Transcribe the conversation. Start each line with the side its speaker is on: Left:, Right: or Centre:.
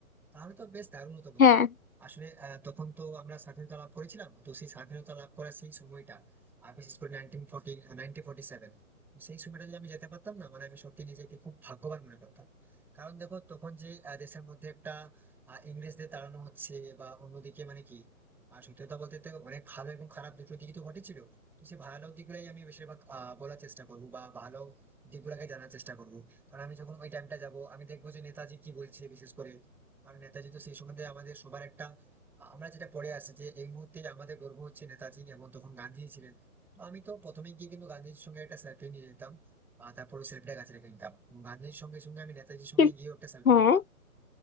Centre: তাহলে তো বেশ দারুণ হতো বন্ধু
Left: হ্যাঁ
Centre: আসলে আহ, তখন তো আমরা স্বাধীনতা লাভ করেছিলাম তো সেই স্বাধীনতা লাভ করার সেই সময়টা আর বিশেষ করে নাইনটিন ফোর্টি নাইনটিন ফোর্টি সেভেন সেই সময়টা যদি আমি যেতে পারতাম না মানে আমি সত্যি নিজেকে খুব ভাগ্যবান মনে করতাম কারণ দেখো তখন যে আহ, দেশের মধ্যে একটা আহ, ইংরেজদের তাড়ানো হচ্ছে বা অন্যদিকে মানে কি আর সত্যি কথা বলতে তো অনেক ভালো এবং খারাপ দুটো দিকই তো ঘটেছিল তো সেই ভালো দিকগুলোই আমি বেশিরভাগ আহ, বলার চেষ্টা করবো বা ভালো দিকগুলোকে জানার চেষ্টা করবো কারণ আমি যখন ওই টাইমটা যাব আমি দেখবো যে নেতাজি কি বলছে বিশেষ করে কারণ নেতাজি তো সেই সম্বন্ধে আমাদের সবার একটা আহ, আমরা যেটা পড়ে আসছি যে এই মুহূর্তে আমাদের গর্ব হচ্ছে নেতাজি এবং তখন গান্ধী ছিলেন তো আমি তো প্রথমে গিয়ে কিন্তু গান্ধীজির সঙ্গে একটা সেলফি নিয়ে নিতাম আর তারপরে সেলফিটা কাছে রেখে নিতাম গান্ধীজির সঙ্গে সঙ্গে আমি নেতাজির সঙ্গে
Left: কি-
Centre: গিয়ে একটা সেলফি
Left: হ্যাঁ
Centre: নিতাম